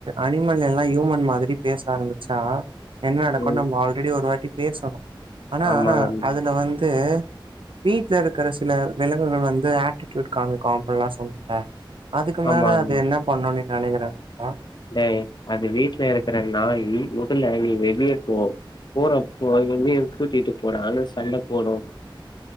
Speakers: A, on the right; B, on the left.
A: அனிமல் எல்லா ஹியூமன் மாதிரி பேச ஆரம்பிச்சா என்ன நடக்குனு
B: ம்
A: நம்ம ஆல்ரெடி ஒரு வாட்டி பேசணோ ஆனா
B: ஆமா நண்பா
A: அதுல வந்து வீட்ல இருக்ற சில விலங்குகள் வந்து ஆட்டிடியூட் காமிக்கு அப்டின்ல்லா சொன்னல அதுக்கு மேல
B: ஆமா நண்பா
A: அது என்ன பண்ணு நீ நெனைக்கிற நண்பா
B: டேய் அது வீட்ல இருக்கற நாய் முதல்ல நீ வெளிய போ போறப்போ அது வந்து என்ன கூட்டிட்டு போடானு சண்ட போடு